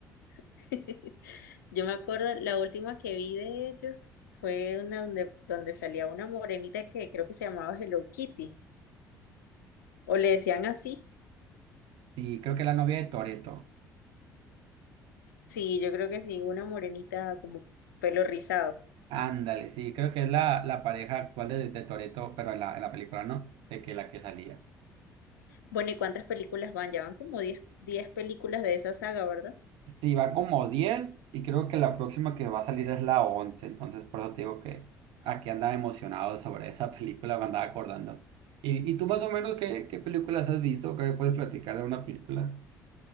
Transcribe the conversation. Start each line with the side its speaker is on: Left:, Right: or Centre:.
Left: <laughs> Yo me acuerdo, la última que vi de ellos fue una donde, donde salía una morenita que creo que se llamaba Hello Kitty, o le decían así.
Right: Sí, creo que es la novia de Toretto.
Left: Sí, yo creo que sí, una morenita como pelo rizado.
Right: Ándale, sí, creo que es la, la pareja actual de, de Toretto, pero en la, en la película no, de que la que salía.
Left: Bueno, ¿y cuántas películas van? Ya van como diez, diez películas de esa saga, ¿verdad?
Right: Sí, va como 10 y creo que la próxima que va a salir es la 11, entonces por eso te digo que aquí andaba emocionado sobre esa <laughs> película, me andaba acordando. ¿Y, y tú más o menos qué, qué películas has visto? ¿Qué me puedes platicar de una película